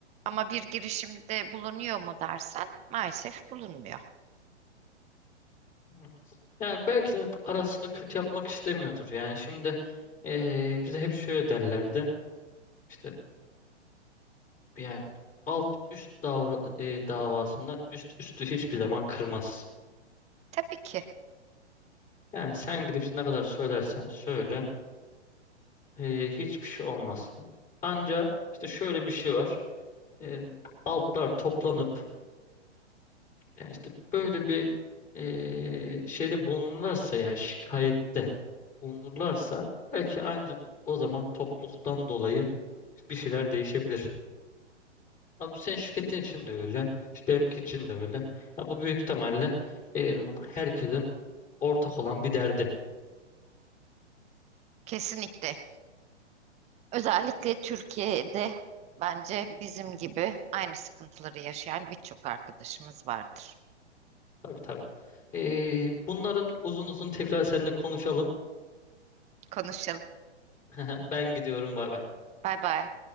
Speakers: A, on the right; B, on the left.
A: Ama bir girişimde bulunuyor mu dersen maalesef bulunmuyor.
B: Hı. Ya belki de arasını kötü yapmak istemiyordur. Yani şimdi eee bize hep şöyle derlerdi. İşte yani alt üst davra- e, davasında üst üstü hiçbir zaman kırmaz.
A: Tabii ki.
B: Yani sen gidip ne kadar söylersen söyle e, hiçbir şey olmaz. Anca işte şöyle bir şey var. E, altlar toplanıp yani işte böyle bir e, şeyde bulunurlarsa yani şikayette bulunurlarsa belki anca o zaman topluluktan dolayı bir şeyler değişebilir. Abi bu senin şirketin için de öyle. İşte benimki için de öyle. Ya bu büyük ihtimalle e, herkesin ortak olan bir derdi.
A: Kesinlikle. Özellikle Türkiye'de bence bizim gibi aynı sıkıntıları yaşayan birçok arkadaşımız vardır.
B: Tabii tabii. E, bunların uzun uzun tekrar seninle konuşalım.
A: konuşalım.
B: <laughs> Ben gidiyorum bay bay.
A: Bay bay.